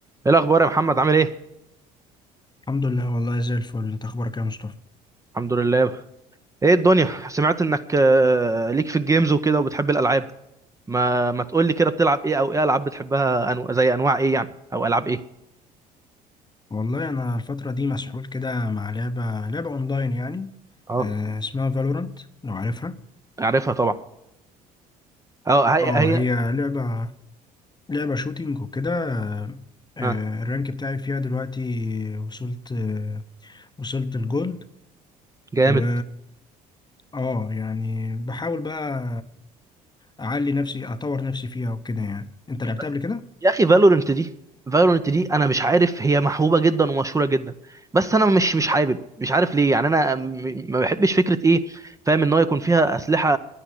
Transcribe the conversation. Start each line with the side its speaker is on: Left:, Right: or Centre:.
Right: ايه الاخبار يا محمد عامل ايه
Left: الحمد لله والله زي الفل انت اخبارك يا مصطفى
Right: الحمد لله ايه الدنيا سمعت انك آه، ليك في الجيمز وكده وبتحب الالعاب ما ما تقول لي كده بتلعب ايه او ايه العاب بتحبها أنو... زي انواع ايه يعني او العاب ايه
Left: والله انا الفتره دي مسحول كده مع لعبه لعبه اونلاين يعني
Right: اه
Left: آه اسمها فالورانت لو عارفها
Right: اعرفها طبعا اه هي
Left: اه هي
Right: هي
Left: لعبه لعبه شوتينج وكده آه آه،
Right: ها
Left: الرانك بتاعي فيها دلوقتي وصلت آه وصلت الجولد
Right: جامد
Left: و اه يعني بحاول بقى اعلي نفسي اطور نفسي فيها وكده يعني انت لعبتها
Right: بس
Left: قبل كده
Right: يا اخي فالورنت دي فالورنت دي انا مش عارف هي محبوبه جدا ومشهوره جدا بس انا مش مش حابب مش عارف ليه يعني انا م- ما بحبش فكره ايه فاهم ان هو يكون فيها اسلحه